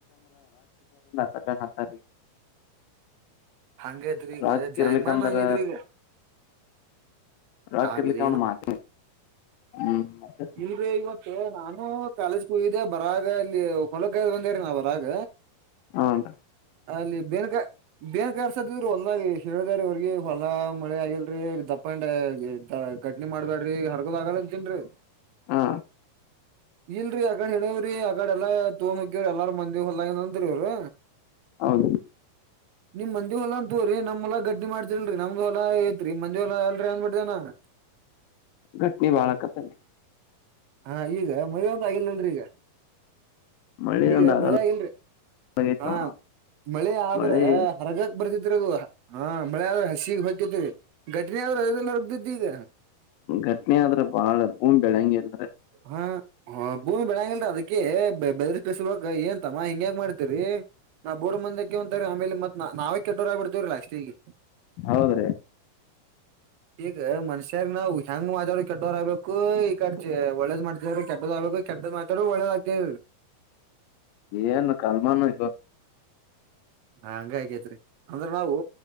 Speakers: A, on the left; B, on the right.
A: ಸದ ಹತಲ್ಲಿ
B: ಹಂಗೈತ್ರಿ ಈಗ
A: ರಾಗ ಕರಲ್ಲಿಿಕಂದರ
B: ಜಾಯಮಾನ್ ಆಗೇತ್ರಿ ಈಗ
A: ರರ್ಲಿಿಕ
B: ಆಗುದ
A: ಅವವನ್ನು ಮಾತ್ರ ಹ್ಮ್ ಮತ್ತೆ
B: ಇಲ್ರರಿ ಇವತ್ತು ನಾ ಹ ಕಾಲೇಜ್ ಕೂ್ದ ಬರಾಗ ಇಲ್ಲಿಪಲಕ್ಕ್ದ್ ಬಂದಾರ ನಾವ್ ಬರಾಗ
A: ಹಟ
B: ಅಲ್ಲಿ ಬೇನ್ಕ ಬೇನ್ ಕಾರ್ಸದಿದ್ರರು ಹೊಲ ಹೇಳದಾರಿ ಅವ್ರಿ ಹೊಲಾ ಮಳೆ ಆಗಿಲ್ರರಿ ದಪ್ಪ ತಪ್ಪಂಡಘಟನಿ ಮಾಡ್ದ್ಯಾಡ್ರಿ ಹರ್ಗದ್ ಆಗಲ್ಲತನ್ೀ
A: ಹಾ
B: ಇಲ್ರರಿ ಆಗಡ ಹೇಳೇವ್ರಿ ಆಗಡೆ ಎಲ್ಲಾ ತೋ್ ಹೋಗ್ಯವ್ರ ಎಲ್ಲಾರ ಮಂದಿವ ಹೊಲ ಅಂದರಿವರಿ
A: ಹೌದು
B: ನಿಮ್ ಮಜಿ ಹೊಲಾ ಅಂತ ತೋ್ರರಿ ನಮ್ ಹೊಲಾ ಗಡ್ಡಿ ಮಾಡ್ತಿಲ್ರರಿ ನಮ್ದು ಹೊಲ ಐತ್ರಿ ಮಂದಜಿ ಹೊಲ ಅಲ್ರಿ ಅಂದಬಿಡ್ದನ <unintelligible>
A: ಗಟ್ನಿ ಬಾಳಕತ್ತಲ್ಲೆ
B: ಹಾ ಈಗ ಮದ್ುವೆ ಒಂತ ಆಗಿಲ್ಲಲ್ರರಿ ಈಗ
A: ಮಳಿ
B: ಈಗ
A: ಒಂದ್ ಆಗಲ್
B: ಮಳೆ ಆಗಲ್ರಿ
A: ಆಗೈತ್
B: ಹಾ
A: ನೋಡ
B: ಮಳೆ ಆದ್ರ
A: ಮಳಿ
B: ಹರಗಕ್ ಬರ್ತಿದರದು ಹಾ ಮಳೆ್ರರು ಹಸಿ ಹೋಗಿದರಿ ಗ ಇ್ರರು ಅಲ್ಲ ಹಗ್ದಿದ್ದ ಈಗ
A: ಘಟ್ನೆ ಆದ್ರ ಬಾಳ ಭೂಮಿ ಬೆಳಂಗಿಲ್ರಿ
B: ಹಾ ಹ ಭೂಮಿ ಬೆಳಂಗಲ್ರರಿ ಅದ್ಕ್ಕೆ ಬೆದ ಬಸಾಗ ಏನ್ ತಮ್ಮ ಹಿಂಗ್ಯಾಂಗ ಮಾಡ್ತರಿ ನಾವು ಬೋರ್ ಮಂದಕ್ಕೆ ಒಂತಾರೆ ಆಮೇಲೆ ಮತ್ ನಾವೇ ಕೆಟ್ಟವರಾಗಿ ಬಿಡ್ತವರಲ್ಲಾ ಅಷ್ಟೇ ಈಗ
A: ಹೌದ್ರೀ
B: ಈಗ ಮನ್ಷ್ಯರ್ ನಾವ್ ಹೆಂಗ್ ಮಾಡವ್ರರು ಕೆಟ್ಟವ್ ಆಗ್ಬೇಕು ಈ ಕಡ್ಜ ಒಳ್ಳೇದ ಮಾಡ್ತವ್ರರು ಕೆಟ್ಟದ್ ಆಗ್ಬೇಕು ಕೆ್ದ ಮಾತಾಡ ಒಳ್ಳ ಲೆ
A: ಏನು ಕಲ್ಮನ್ ಇ
B: ಹಂಗ ಆಗೇತ್ರಿ ಅಂದ್ರ ನಾವು